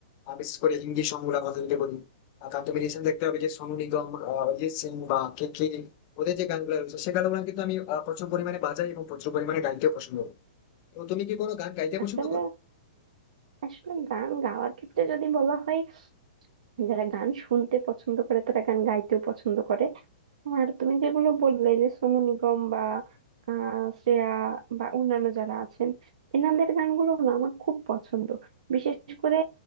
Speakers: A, on the left; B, on the right.
A: আর বিশেষ করে হিন্দি সং গুলা কথা যদি বলি আর তার তুমি রিসেন্ট দেখতে পাবে যে সোনু নিগম আহ, অরিজিৎ সিং বা কে কে ওদের যে গানগুলো রয়েছে সে গানগুলো কিন্তু আমি আহ, প্রচুর পরিমাণে বাজাই এবং প্রচুর পরিমাণে গাইতে পছন্দ করি তো তুমি কি কোনো গান গাইতে
B: আসলে
A: পছন্দ করো
B: আসলে গান গাওয়ার ক্ষেত্রে যদি বলা হয় যারা গান শুনতে পছন্দ করে তারা গান গাইতেও পছন্দ করে আর তুমি যেগুলো বললে যে সোনু নিগম বা আহ, শ্রেয়া বা অন্যান্য যারা আছেন এনাদের গানগুলো না আমার খুব পছন্দ বিশেষ করে